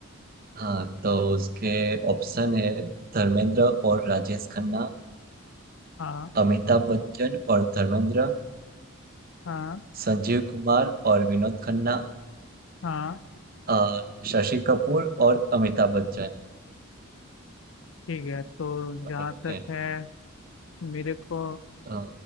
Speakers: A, on the right (about 40°); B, on the left (about 65°).
A: हाँ तो उसके ऑप्शन है धर्मेंद्र और राजेश खन्ना
B: हाँ
A: अमिताभ बच्चन और धर्मेंद्र
B: हाँ
A: संजीव कुमार और विनोद खन्ना
B: हाँ
A: अ, शशि कपूर और अमिताभ बच्चन
B: ठीक है तो जहाँ
A: ओके
B: तक है मेरे को
A: अ,